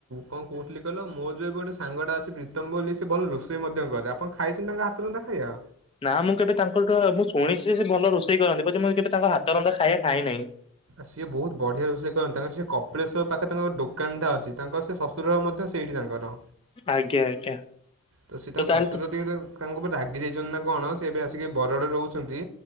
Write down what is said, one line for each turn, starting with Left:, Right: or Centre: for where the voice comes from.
Right: କଣ କହୁଥିଲି କହିଲ ମୋ ଯୋଉ ଗୋଟେ ସାଙ୍ଗଟା ଅଛି ପ୍ରୀତମ ବୋଲି ସେ ଭଲ ରୋଷେଇ ମଧ୍ୟ ଆପଣ ଖାଇଛନ୍ତି ତାଙ୍କ ହାତ ରନ୍ଧା ଖାଇଆ?
Left: ନା ମୁଁ କେବେ ତାଙ୍କଠୁ ମୁଁ ଶୁଣିଛି ଯେ ସେ ଭଲ ରୋଷେଇ କରନ୍ତି ପଛେ ମୁଁ କେବେ ତାଙ୍କ ହାତ ରନ୍ଧା ଖାଇବା ଖାଇ ନାହିଁ।
Right: ସିଏ ବହୁତ ବଢିଆ ରୋଷେଇ କରନ୍ତି ତାଙ୍କର ସେ କପିଳେଶ୍ୱର ପାଖରେ ତାଙ୍କର ଦୋକାନଟା ଅଛି। ତାଙ୍କର ସେ ଶ୍ୱଶୁର ମଧ୍ୟ ସେଇଠି ତାଙ୍କର
Left: ଆଜ୍ଞା ଆଜ୍ଞା।
Right: ତ ସେ ତାଙ୍କ
Left: ତାହେଲେ
Right: ଶ୍ୱଶୁର
Left: ତ
Right: ଦେରେ ତାଙ୍କ ଉପରେ ରାଗି ଯାଇଛନ୍ତି ନା କଣ ସେ ଏବେ ଆସିକି ବରଗଡରେ ରହୁଛନ୍ତି।